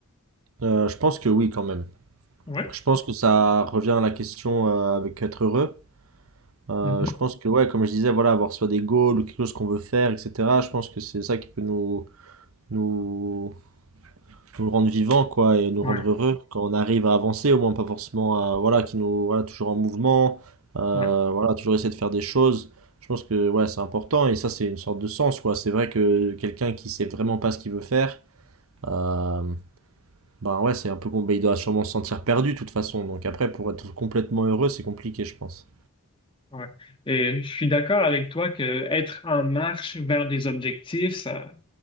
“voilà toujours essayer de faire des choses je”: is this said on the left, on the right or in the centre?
Right